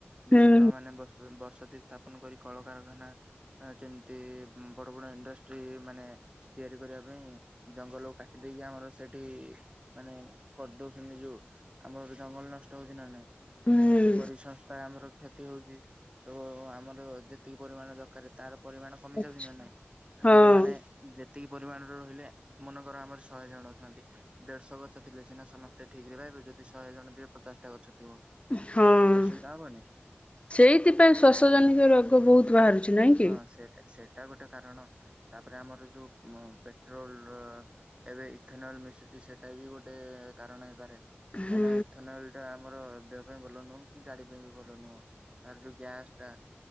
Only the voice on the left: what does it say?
ହୁଁ
ହୁଁ
ଆଛା
ହଁ
ହଁ।
ସେଇଥିପାଇଁ ଶ୍ୱାସଜନିତ ରୋଗ ବହୁତ ବାହାରୁଛି ନାଇଁ କି।
ହୁଁ